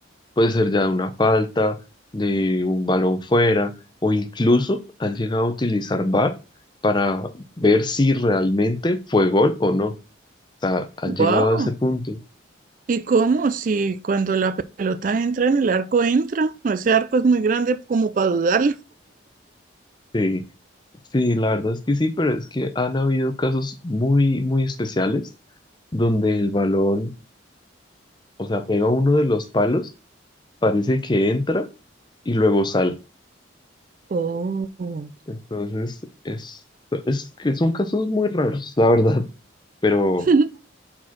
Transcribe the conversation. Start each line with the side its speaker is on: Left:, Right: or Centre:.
Left: Puede ser ya de una falta, de un balón fuera o incluso han llegado a utilizar VAR para ver si realmente fue gol o no. O sea, han
Right: wow.
Left: llegado a ese punto.
Right: ¿Y cómo? Si cuando la pelota entra en el arco entra, ese arco es muy grande como para dudar.
Left: Sí. Sí, la verdad es que sí, pero es que han habido casos muy, muy especiales donde el balón, o sea, pega uno de los palos, parece que entra y luego sale.
Right: Oh.
Left: Entonces, es, es que son casos muy raros, la verdad, <laughs> pero
Right: <laughs>